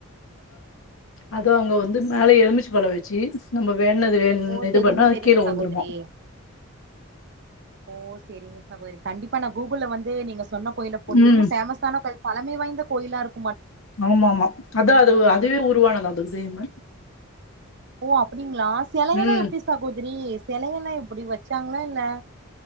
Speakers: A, on the left; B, on the right.
A: அதோ அங்க வந்து மேல எலுபிச்சம்பழொ வெச்சு நம்ம வேண் வேண்டுனது
B: ஓ
A: இது
B: செரிங்க
A: பண்ணா அது
B: செரிங்க
A: கீழ விழுந்துருமா
B: சகோதரி ஓ செரிங்க பா போய்ரு கண்டிப்பா நா கூகுள்ல வந்து நீங்க சொன்ன கோயில போடு இது
A: ம்
B: ரொம்ப ஃபேமஸான கோயில் பழமை வாய்ந்த கோயிலாருக்
A: ஆமா ஆமா அதா அது அதுவே உருவானதா அது உதயமே
B: ஓ அப்புடிங்ளா செலவெல்லா
A: ம்
B: எப்டி சகோதரி செலவெல்லா எப்டி வச்சாங்ளா இல்ல